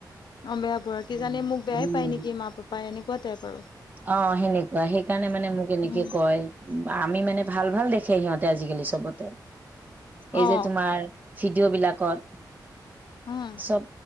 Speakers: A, on the left (about 85°); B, on the right (about 25°).
A: অ বেয়া পোৱা কি
B: উম
A: জানি মোক বেয়াই
B: উম
A: পায় নেকি মা পাপা এনেকুৱা টাইপ আৰু
B: অ সেনেকুৱা সেইকাৰণে মানে মোক এনেকে
A: উম
B: কয়। আমি মানে ভাল ভাল দেখে সিহঁতে আজিকালি চবতে
A: অ
B: এই যে তোমাৰ ভিডিঅ' বিলাকত
A: উম।
B: চব